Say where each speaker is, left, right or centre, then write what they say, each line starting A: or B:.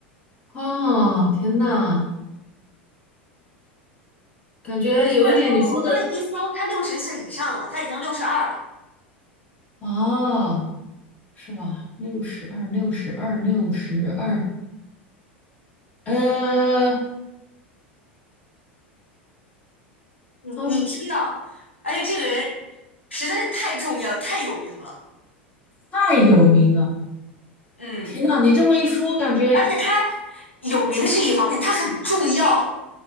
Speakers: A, on the left; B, on the left.
A: 哦，天呐，感觉有一点你说的
B: 他我刚才一搜，他六十岁以上了，他已经六十二了。
A: 啊，是吧？六十二，六十二，六十二，呃，
B: 你你知道，
A: 他
B: 而且这个人实在是太重要、太有名了。
A: 太有名了。
B: 嗯，
A: 天呐，你这么一说，感觉
B: 而且他有名是一方面，他很重要，